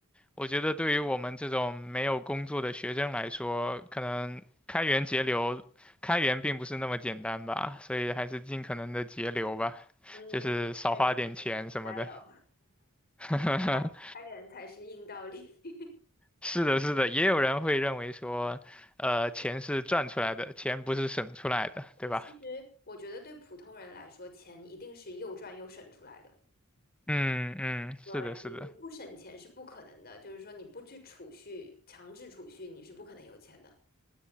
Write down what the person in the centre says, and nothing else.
我觉得对于我们这种没有工作的学生来说，可能开源节流，开源并不是那么简单吧，所以还是尽可能的节流吧，
就是少花点钱什么的。
<laughs>
是的，是的，也有人会认为说，呃，钱是赚出来的，钱不是省出来的，对吧？
嗯嗯，是的，
是的，